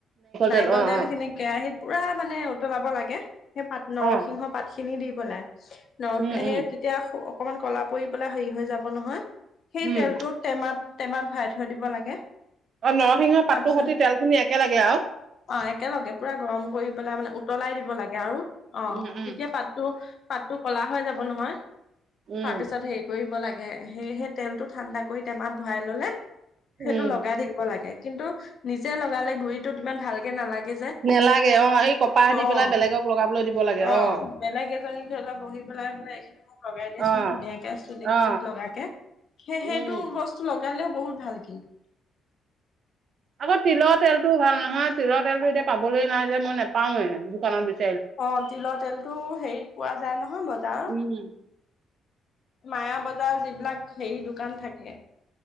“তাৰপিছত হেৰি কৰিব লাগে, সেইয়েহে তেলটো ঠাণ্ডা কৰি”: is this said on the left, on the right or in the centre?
Left